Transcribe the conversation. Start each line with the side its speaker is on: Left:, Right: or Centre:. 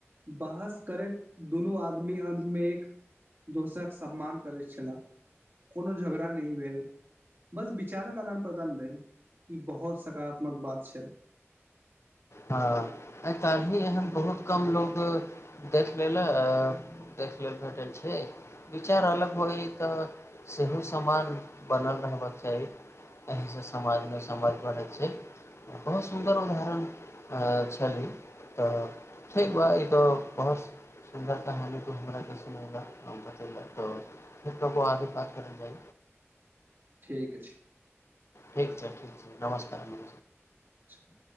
Right: बहस करैत दुनू आदमी अन्तमे एक दोसरक सम्मान करैत छलह कोनो झगड़ा नहि भेल बस विचारक आदान प्रदान भेल ई बहुत सकारात्मक बात छल
Left: हँ आइ काल्हि ही एहन बहुत कम लोको देख लेल देख लेल भेटल छै विचार अलग होइ तऽ सेहो समान बनल रहबाक चाही एहिसँ समाजमे समझ बढ़ैत छै बहुत सुन्दर उदाहरण छाली तऽ ठीक ब ई बहुत सुन्दर कहानी हमरा क सुन तऽ ीक ब आगे बात कर जा
Right: ठीके छै
Left: ठीक छै ठीक छै नमस्कार
Right: अचछा